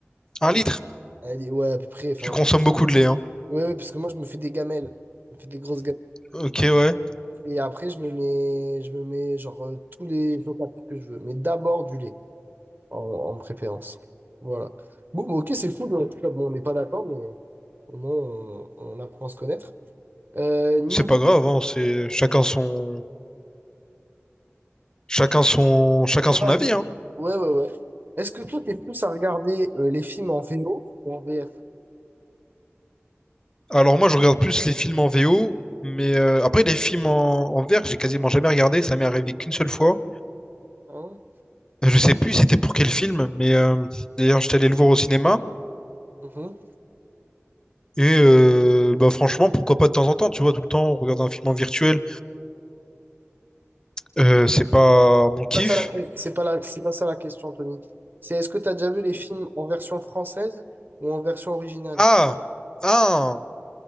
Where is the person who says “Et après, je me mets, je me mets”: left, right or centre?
Right